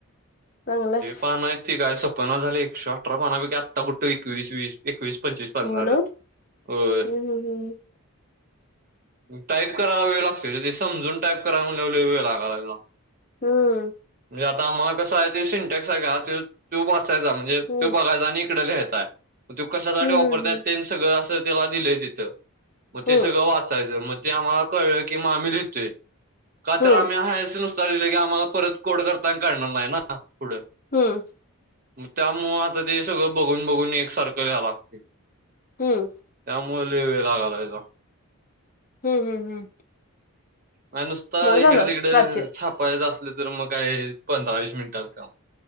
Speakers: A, on the left; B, on the right.
A: चांगलेय.
B: पानं आहेत काय सपना झाले एकशे अठरा पानापैकी आता कुठ एकवीस वस एकवीस पंचवीस. पण
A: हो
B: झालंत
A: ना?
B: होय.
A: हं, हं, हं.
B: टाईप करायला वेळ लागतो ते समजून टाईप करायला म्हणून लई वेळ लागालाय.
A: हम्म.
B: म्हणजे आता मग कसं आहे ते सिंटेक्स आहे का तो वाचायचा म्हणजे.
A: हं.
B: तू बघाय चा आणि इकडं लिहायचांय. मग ते कशासाठी
A: हं,
B: वापरताय
A: हं, हं.
B: तेनी सगळं असं त्याला दिलंय तिथं मग ते
A: हं,
B: सगळं वाचायचं मग. ते आम्हाला कळ की मग आम्ही लिहितोय का
A: हं,
B: तर आम्ही
A: हं,
B: हायचं नसतो. चालले की आम्हाला परत कोड करताना काढणार नाही ना पुढं
A: हं.
B: मग त्यामुळं आता ते सगळं बघून बघून एक सारखं घ्यां लागतय.
A: हम्म.
B: मला लई वेळ लागलाय.
A: हम्म हम्म हम.
B: नाही नुसता
A: झालं
B: इकडे तिकड
A: प्राची.
B: छापायचं असल तर मग काय पंधरा वीस मिनिटच काम.